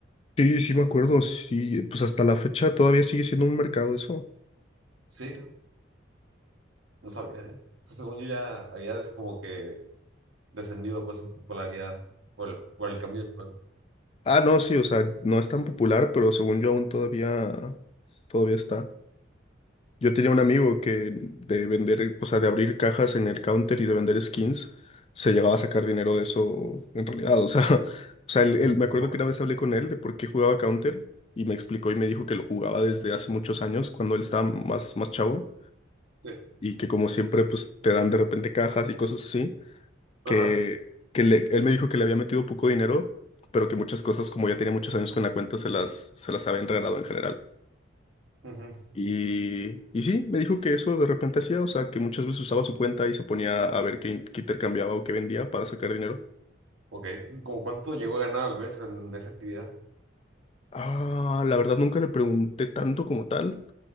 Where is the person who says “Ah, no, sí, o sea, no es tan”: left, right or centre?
Left